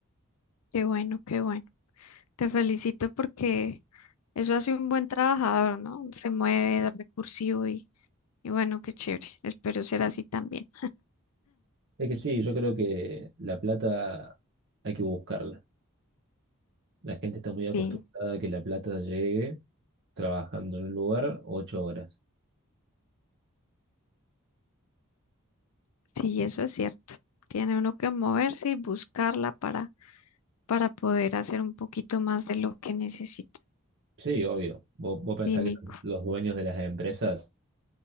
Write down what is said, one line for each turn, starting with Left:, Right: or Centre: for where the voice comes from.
Left: Qué bueno, qué bueno. Te felicito porque eso hace un buen trabajador, ¿no? Se mueve, es recursivo y, y bueno, qué chévere. Espero ser así también.
Right: Es que sí, yo creo que la plata hay que buscarla. La gente está muy acostumbrada
Left: Sí,
Right: a que la plata llegue trabajando en un lugar ocho horas.
Left: sí, eso es cierto. Tiene uno que moverse y buscarla para, para poder hacer un poquito más de lo que necesita.
Right: Sí, obvio. Vos, vos
Left: Sí,
Right: pensás
Left: Nico.
Right: que los dueños de las empresas